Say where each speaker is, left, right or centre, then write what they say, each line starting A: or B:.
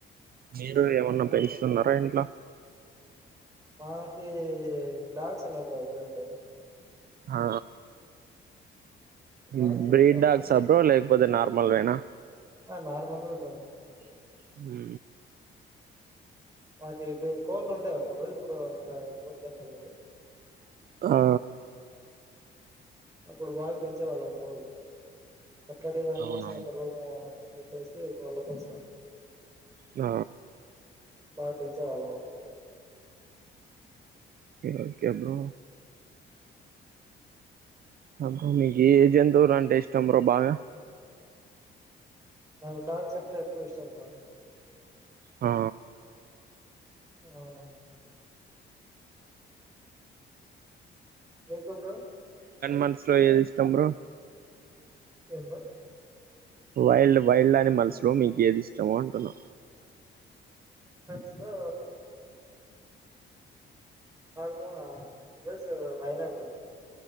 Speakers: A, on the right; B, on the right.
A: మీరు ఏమన్నా పెంచుతున్నరా ఇంట్ల
B: మాకీ డాగ్స్ ఉన్నాయి బ్రో రెండు.
A: ఆ హ్మ్
B: డాగ్స్
A: బ్రీడ్
B: ఒకటే ఉన్నాయి
A: డాగ్స్ ఆ బ్రో లేకపోతే నార్మల్ వేనా
B: ఆ నార్మల్ వే బ్రో
A: హ్మూ
B: మాకి కొ కోళ్ళు ఉండే అప్పుడు ఇప్పుడు అంత కోళ్ళు ఏం లేవు.
A: ఆ
B: అప్పుడు బాగ పెంచేవాళ్ళం కోళ్ళు సపరేట్ దానికోసం
A: అవునవును
B: ఒక రూము పెట్టేసి కోళ్ళ కోసంమని
A: ఆ
B: బాగ్ పెంచేవాళ్ళం అపుడు
A: ఒకే ఒకే బ్రో అబ్బ మీకు ఏ ఏ జంతువులు అంటే ఇష్టం బ్రో బాగ
B: నాకు డాగ్స్ అంటే ఎక్కువ ఇష్టం బ్రో
A: ఆ
B: అవును మీకు బ్రో
A: మనసులో ఏది ఇష్టం బ్రో
B: ఇంకేం బ్రో
A: వైల్డ్ వైల్డ్ అనిమల్స్ లో మీకేది ఇష్ అంటన్న
B: స్లో ఆల్మోస్ట్ లయనే bro